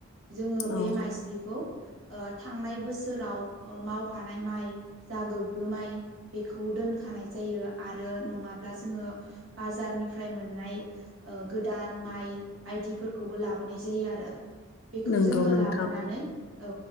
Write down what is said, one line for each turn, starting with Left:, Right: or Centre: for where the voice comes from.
Right: जोङो बे
Left: औ
Right: माइज्लिखौ थांनाय बोसोराव मावखानाय माइ जा गोग्गो माइ बेखौ दोनखानाय जायो आरो नङा ब्ला जोङो बाजारनिफ्राय मोननाय गोदान माइ बायदिफोरखौबो लाबोनाय जायो आरो बेखौ
Left: नंगौ
Right: जोङो
Left: नोंथां
Right: लाबोनानै औ